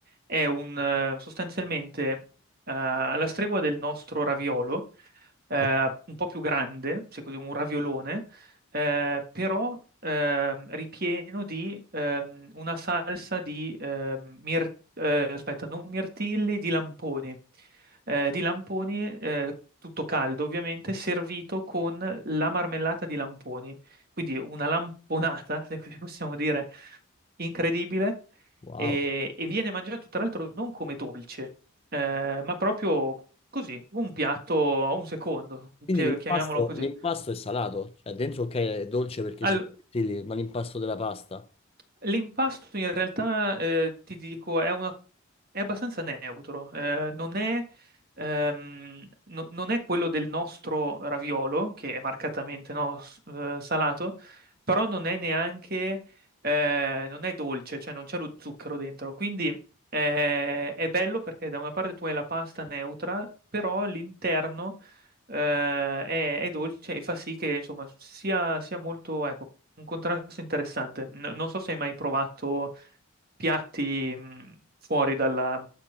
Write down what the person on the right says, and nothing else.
è un eh, sostanzialmente eh, alla stregua del nostro raviolo, eh,
un po' più grande, se così un raviolone, eh, però ehm, ripieno di ehm, una salsa di ehm, mir- eh, aspetta, non mirtilli, di lamponi, Eh, di lamponi eh, tutto caldo ovviamente, servito con la marmellata di lamponi, quindi una lamponata, <laughs> se così possiamo dire, incredibile
e, e viene mangiato tra l'altro non come dolce, eh, ma proprio Così, un piatto, a un secondo,
pi-
chiamiamolo così.
Al-
l'impasto in realtà, eh, ti dico, è, una- è abbastanza neutro, eh, non è, ehm, no- non è quello del nostro raviolo, che è marcatamente no, s- eh, salato, però non è neanche, eh, non è dolce, cioè non c'è lo zucchero dentro, quindi... eh, è bello perché da una parte tu hai la pasta neutra, però all'interno eh, è, è dolce e fa sì che insomma sia, sia molto, ecco, un contrasto interessante. N- non so se hai mai provato piatti mh, fuori dalla,